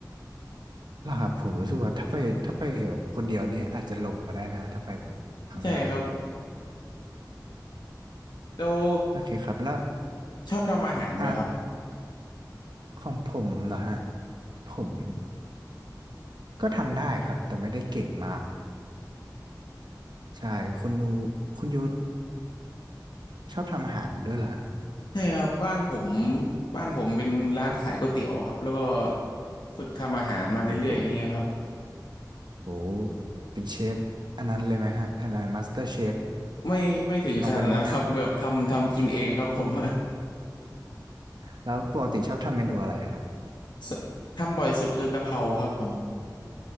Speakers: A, on the right (about 80°); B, on the left (about 85°).
A: หลับผมรู้สึกว่าถ้าไปถ้าไปแบบคนเดียวนี้อาจจะหลงก็ได้นะฮะถ้าไปแบบครั้งแรกอย่างเงี้ย
B: ใช่ครับแล้ว
A: โอเคครับแล้ว
B: ชอบทำอาหารไหมครับ
A: อาร์ตของผมเหรอฮะผมก็ทำได้ครับแต่ไม่ได้เก่งมากใช่คุณยูคุณยูชอบทำอาหารด้วยเหรอฮะ
B: ใช่ครับบ้านผมบ้านผมเป็นร้านขายก๋วยเตี๋ยวครับแล้วก็ฝึกทำอาหารมาเรื่อยๆอย่างเงี้ยครับ
A: โอ้โหเป็นเชฟอันนั้นเลยไหมฮะอะไรมาสเตอร์เชฟ
B: ไม่ไม่ถึงขนาดนั้นครับแบบทำทำกินเองครับผม
A: ลองไปลงแข่ง <coughs> <laughs> แล้วปกติชอบทำเมนูอะไรครับ
B: <laughs> ทำบ่อยสุดคือกะเพราครับผม